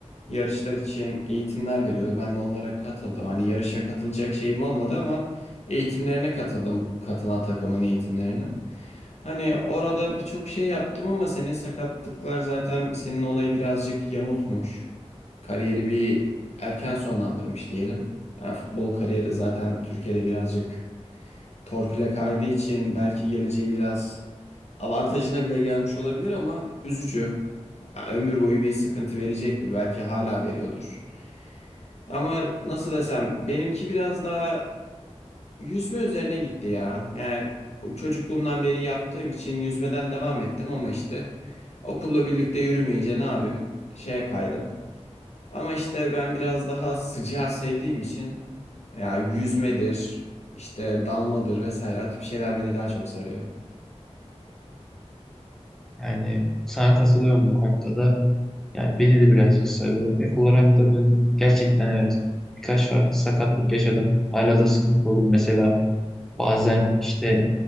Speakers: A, on the left; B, in the centre.
A: yarışlar için eğitimler veriyordu. Ben de onlara katıldım. Hani yarışa katılacak şeyim olmadı ama eğitimlerine katıldım. Katılan takımın eğitimlerine. Hani orada birçok şey yaptım ama senin sakatlıklar zaten senin olayı birazcık yamultmuş. Kariyeri bir erken sonlandırmış diyelim. Yani futbol kariyeri zaten Türkiye'de birazcık torpile kaydığı için belki geleceği biraz avantajına bile gelmiş olabilir ama üzücü. Ya Ömür boyu bir sıkıntı verecektir. Belki hala veriyordur. Ama nasıl desem benimki biraz daha Yüzme üzerine gitti ya. Yani o çocukluğumdan beri yaptığım için yüzmeden devam ettim ama işte okulla birlikte yürümeyince ne yapayım? Şeye kaydım. Ama işte ben biraz daha sıcağı sevdiğim için ya yüzmedir, işte dalmadır vesaire o tip şeyler beni daha çok sarıyor. <laughs>
B: Yani sana katılıyorum bu konuda da. Yani beni de birazcık sarıyor. Ek olarak da ben gerçekten evet birkaç farklı sakatlık yaşadım. Hala da sıkıntı oluyor. Mesela bazen işte